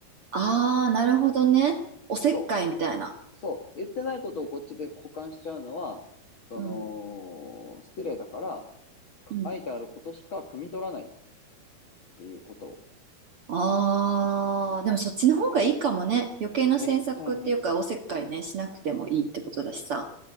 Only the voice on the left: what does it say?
そう。そう。言ってないことをこっちで補完しちゃうのは、そ
の、失礼だから、
書いてあることしか汲み取らないっていうことを、
絶対に。